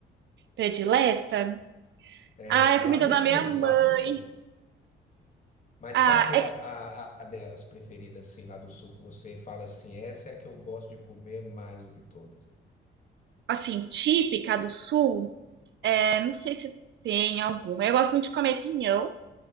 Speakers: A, on the right; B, on the left.
A: Predileta.
B: É,
A: Ah, é
B: lá
A: a comida
B: do
A: da
B: sul,
A: minha mãe.
B: lá do sul. Mas
A: Ah,
B: qual que
A: é
B: é a, a, a delas preferida, assim, lá do sul, que você fala assim, essa é a que eu gosto de comer mais do que todas?
A: assim, típica do sul. É, não sei se tem alguma. Eu gosto muito de comer pinhão.